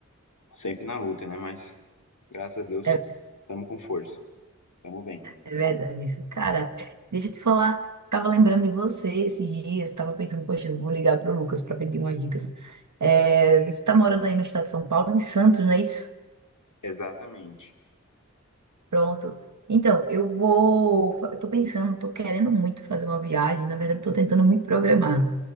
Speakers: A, on the left; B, on the right.
A: sempre na luta, né? Mas graças a Deus
B: é,
A: estamos com força, estamos bem.
B: é verdade isso. Cara, deixa eu te falar, tava lembrando de você esses dias, tava pensando, poxa, eu vou ligar pro Lucas pra pedir umas dicas. É, você tá morando aí no estado de São Paulo, em Santos, não é isso?
A: Exatamente.
B: Pronto. Então, eu vou, fa- eu tô pensando, tô querendo muito fazer uma viagem, na verdade, tô tentando me programar.